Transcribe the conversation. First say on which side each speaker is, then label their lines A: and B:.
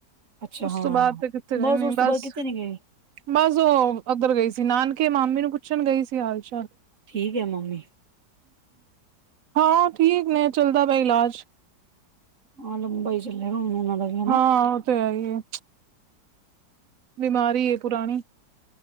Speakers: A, on the right; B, on the right.
A: ਅੱਛਾ
B: ਉਸ
A: ਹਾਂ
B: ਤੋਂ ਬਾਅਦ ਤੇ ਕਿੱਥੇ ਗਏ ਨੀ
A: ਉਸ ਤੋਂ
B: ਬਸ
A: ਬਾਅਦ ਕਿਤੇ ਨੀ ਗਏ
B: ਬਸ ਉਹ ਉੱਧਰ ਗਈ ਸੀ ਨਾਨਕੇ ਮਾਮੀ ਨੂੰ ਪੁੱਛਣ ਗਈ ਸੀ ਹਾਲ-ਚਾਲ।
A: ਠੀਕ ਏ ਮਾਮੀ।
B: ਹਾਂ ਠੀਕ ਨੇ ਚੱਲਦਾ ਪਿਆ ਇਲਾਜ।
A: ਹਾਂ ਲੰਬਾ ਹੀ ਚੱਲੇਗਾ ਹੁਣ ਉਹਨਾਂ ਦਾ ਵੀ ਹਨਾ
B: ਹਾਂ ਉਹ ਤੇ ਹੈਈ ਏ। ਬਿਮਾਰੀ ਏ ਪੁਰਾਣੀ।